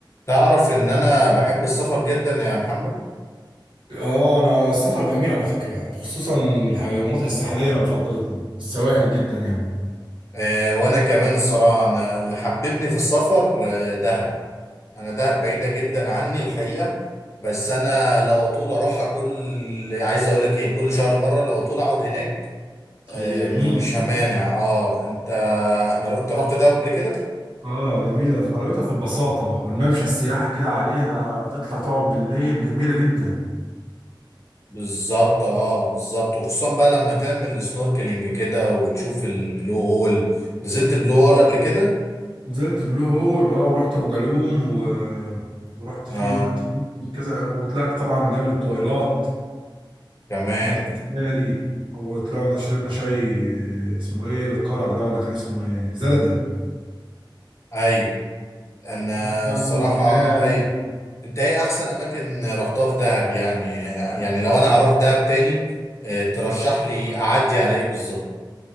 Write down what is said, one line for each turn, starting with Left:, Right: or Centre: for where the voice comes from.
Left: تعرف ان انا بحب السفر جدا يا محمد
Right: اه انا السفر جميل على فكره وخصوصا الح- المناطق الساحليه انا بفضل السواحل جدا يعني
Left: آه وانا كمان الصراحه انا اللي حببني في السفر آه دهب انا دهب بعيده جدا عني الحقيقه بس انا لو اطول اروحها كل عايز اقول لك ايه كل شهر مره لو اطول اقعد هناك آه
Right: هي جميل
Left: م- مش همانع اه انت انا انت رحت دهب قبل كده
Right: اه جميله في حلاوتها في البساطه والممشى السياحه كده عليها تطلع تقعد بالليل جميله جدا
Left: بالظبط اه بالظبط وخصوصا بقى لما تعمل سنوركلينج كده وتشوف البلو هول نزلت البلو هول قبل كده
Right: نزلت البلو هول اه ورحت ابو جالوم و... ورحت
Left: اه
Right: فين رحت فين؟ كذا وطلعت طبعا جبل الطويلات
Left: كمان
Right: عملت سفاري وطلعنا شربنا شاي اسمه ايه الكرك ده ولا كان اسمه ايه زردة
Left: ايوه انا
Right: رحت بقى
Left: الصراحه
Right: والجبال
Left: هاي انت ايه احسن اماكن رحتها في دهب يعني يعني لو انا هروح دهب تاني آه، ترشح لي اعدي على ايه بالظبط